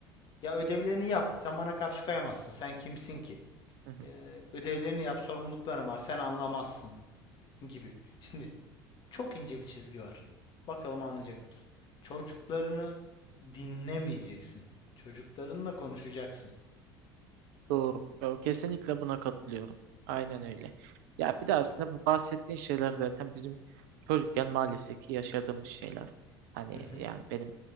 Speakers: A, on the left (about 40°); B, on the right (about 60°).
A: Ya ödevlerini yap. Sen bana karşı koyamazsın. Sen kimsin ki?
B: <laughs>
A: Ee, ödevlerini yap, sorumlulukların var. Sen anlamazsın gibi. Şimdi Çok ince bir çizgi var. Bakalım anlayacak mısın? Çocuklarını dinlemeyeceksin. Çocuklarınla konuşacaksın.
B: Doğru. Ya, kesinlikle buna katılıyorum. Aynen öyle. Ya bir de aslında bu bahsettiğin şeyler zaten bizim çocukken maalesef ki yaşadığımız şeyler. Hani
A: Hı hı.
B: yani benim